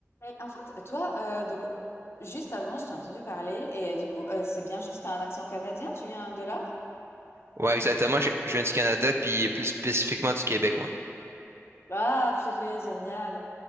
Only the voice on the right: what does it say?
Ouais, exactement. Je, je viens du Canada, puis plus spécifiquement du Québec, moi.